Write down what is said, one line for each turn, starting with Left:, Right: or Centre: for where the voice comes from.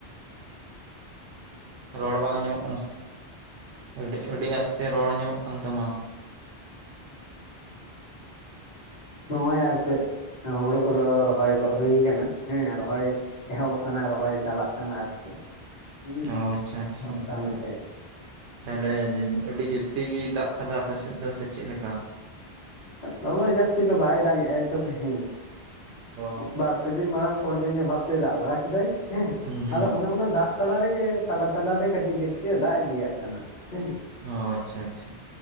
Right: ᱨᱚᱲ ᱵᱟᱝ ᱟᱸᱡᱚᱢᱚᱜ
Left: ᱨ <unintelligible>
Right: ᱠᱟᱱᱟ ᱟᱹᱰᱤ ᱟᱹᱰᱤ ᱟᱥᱛᱮ ᱨᱚᱲ ᱧᱟᱢᱚᱜ ᱠᱟᱱ ᱛᱟᱢᱟ
Left: ᱱᱚᱜᱼᱚᱭ ᱟᱨ ᱪᱮᱫ ᱦᱩᱲᱩ ᱠᱚᱫᱚ ᱨᱚᱦᱚᱭ ᱜᱚᱫ ᱦᱩᱭ ᱟᱠᱟᱱᱟ ᱦᱮᱸ ᱨᱚᱦᱚᱭ ᱮᱦᱚᱵ ᱟᱠᱟᱱᱟ ᱨᱚᱦᱚᱭ ᱪᱟᱞᱟᱜ ᱠᱟᱱᱟ ᱟᱨ ᱪᱮᱫ ᱦᱩᱸ <unintelligible>
Right: ᱚ ᱟᱪᱪᱷᱟ ᱟᱪᱪᱷᱟ ᱛᱟᱦᱚᱞᱮ ᱟᱹᱰᱤ ᱡᱟᱹᱥᱛᱤ ᱜᱮ ᱫᱟᱜ ᱠᱟᱫᱟ ᱟᱯᱮᱥᱮᱫ ᱫᱚ ᱥᱮ ᱪᱮᱫ ᱞᱮᱠᱟ
Left: ᱫᱚᱢᱮ ᱡᱟᱹᱥᱛᱤ ᱫᱚ ᱵᱟᱭ ᱫᱟᱜᱮᱟᱭ ᱛᱚᱵᱮ ᱦᱮᱸ
Right: ᱚ
Left: ᱵᱟᱨ ᱯᱮ ᱫᱤᱱ ᱢᱟᱲᱟᱝ ᱠᱚᱱᱴᱤᱱᱤᱭᱩ ᱵᱷᱟᱵᱛᱮᱭ ᱫᱟᱜ ᱵᱟᱲᱟ ᱠᱮᱫᱟᱭ ᱦᱮᱸ
Right: ᱦᱩᱸ ᱦᱩᱸ
Left: ᱟᱫᱚ ᱚᱱᱮ ᱚᱱᱟ ᱫᱟᱜ ᱛᱟᱞᱟ ᱨᱮᱜᱮ ᱛᱟᱞᱟ ᱛᱟᱞᱟᱨᱮ ᱠᱟᱹᱴᱤᱡ ᱠᱟᱹᱴᱤᱡ ᱮ ᱫᱟᱜ ᱤᱫᱤᱭᱟᱜ ᱠᱟᱱᱟ ᱦᱮᱸ
Right: ᱚ ᱟᱪᱪᱷᱟ ᱟᱪᱪᱷᱟ